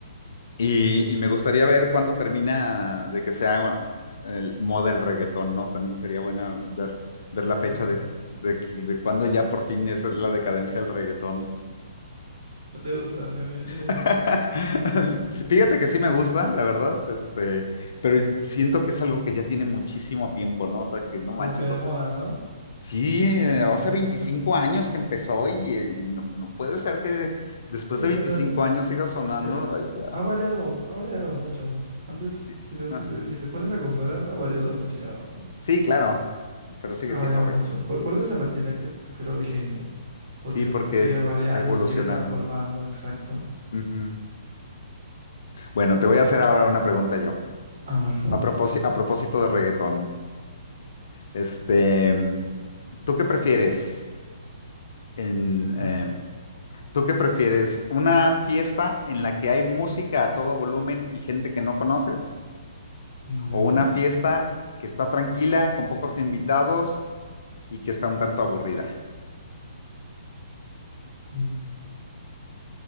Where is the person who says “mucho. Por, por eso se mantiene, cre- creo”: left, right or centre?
Right